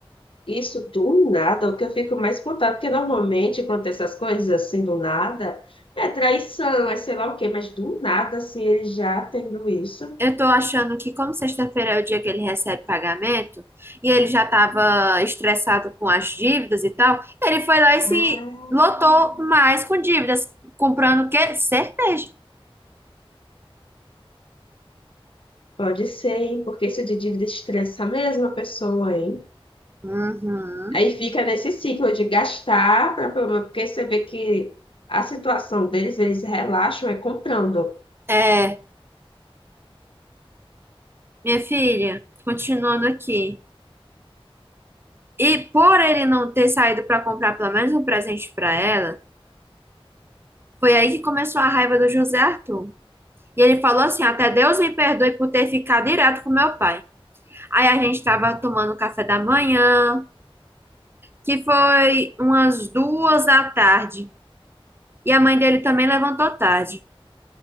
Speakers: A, on the left; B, on the right.
A: Isso do nada, o que eu fico mais espantado, porque normalmente quando tem essas coisas assim do nada, é traição, é sei lá o quê, mas do nada, assim, ele já tendo isso.
B: Eu tô achando que, como sexta-feira é o dia que ele recebe pagamento, e ele já tava estressado com as dívidas e tal, ele foi lá e se
A: Ah,
B: lotou mais com dívidas, comprando o quê? Cerveja.
A: pode ser, hein? Porque isso de dívida estressa a mesma pessoa, hein?
B: Uhum.
A: Aí fica nesse ciclo de gastar, pra, pra- porque você vê que a situação deles, eles relaxam é comprando.
B: É, minha filha, continuando aqui. E por ele não ter saído para comprar pelo menos um presente para ela, foi aí que começou a raiva do José Arthur. E ele falou assim: até Deus me perdoe por ter ficado direto com meu pai. Aí a gente estava tomando café da manhã, que foi umas duas da tarde. E a mãe dele também levantou tarde.